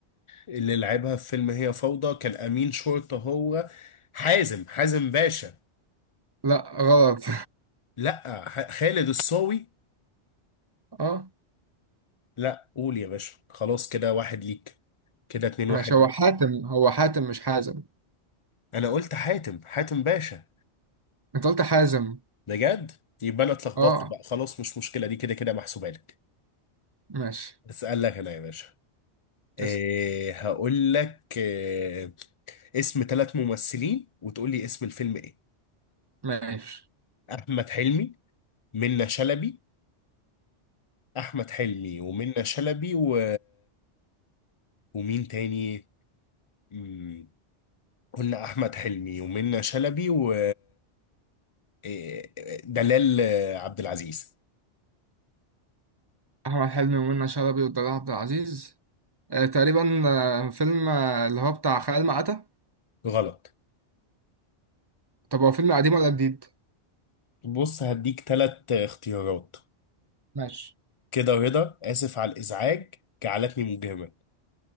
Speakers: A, on the left; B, on the right.
A: اللي لعبها في فيلم هي فوضى كان امين شرطة هو حازم حازم باشا
B: لا غلط
A: لا ح- خالد الصاوي
B: <laughs> اه
A: لا قول يا باشا خلاص كده واحد ليك كده اتنين
B: ماشي
A: واحد
B: هو
A: ليك
B: حاتم هو حاتم مش حازم
A: انا قلت حاتم حاتم باشا
B: انت قلت حازم
A: بجد يبقى انا اتلخبطت
B: اه
A: بقى خلاص مش مشكله دي كده كده محسوبه لك
B: ماشي
A: اسال لك انا يا باشا إيه
B: اسم
A: هقول لك إيه اسم ثلاث ممثلين وتقول لي اسم الفيلم ايه
B: ماشي
A: احمد حلمي منة شلبي احمد حلمي ومنة شلبي و... ومين تاني مم، قلنا احمد حلمي ومنة شلبي و إيه، دلال عبد العزيز
B: احمد حلمي ومنى شلبي ودلال عبد العزيز آه تقريبا آه فيلم آه، اللي هو بتاع خيال مآتة
A: غلط
B: طب هو فيلم قديم ولا جديد
A: بص هديك تلات اختيارات
B: ماشي
A: كده رضا آسف على الإزعاج جعلتني مجرما